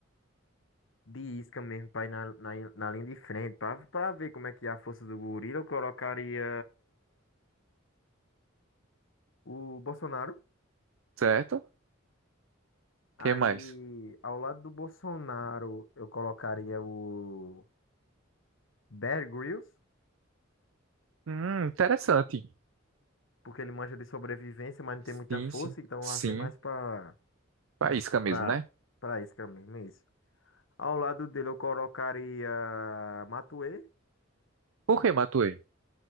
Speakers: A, on the left (about 70°); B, on the right (about 80°).
A: de isca mesmo, pra ir na, na, na linha de frente, pra, pra ver como é que é a força do gorila. Eu colocaria o Bolsonaro.
B: Certo? Quem
A: Aí,
B: mais?
A: ao lado do Bolsonaro, eu colocaria o Bear Grylls,
B: Hum, interessante.
A: porque ele manja de sobrevivência, mas não
B: Sim,
A: tem muita força,
B: sim.
A: então
B: Sim.
A: vai ser mais pra
B: Faísca mesmo,
A: Pra,
B: né?
A: pra isca mesmo, é isso. Ao lado dele eu colocaria Matuê,
B: Por que, Matuê?